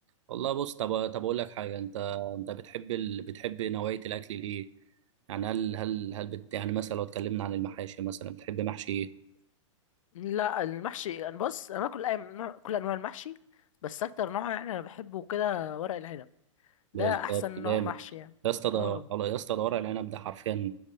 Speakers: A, on the right (about 70°); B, on the left (about 85°).
A: والله بص طب طب اقول لك حاجة انت انت بتحب ال... بتحب نوعية الأكل الايه يعني هل هل هل بت... يعني مثلا لو اتكلمنا عن المحاشي مثلا بتحب محشي ايه
B: لا المحشي انا بص انا باكل اي نوع- كل انواع المحشي بس اكتر نوع يعني انا بحبه كده ورق العنب ده
A: بالظبط
B: احسن نوع
A: جامد
B: محشي يعني
A: يا اسطى ده
B: اه
A: يا اسطى ده ورق العنب ده حرفيا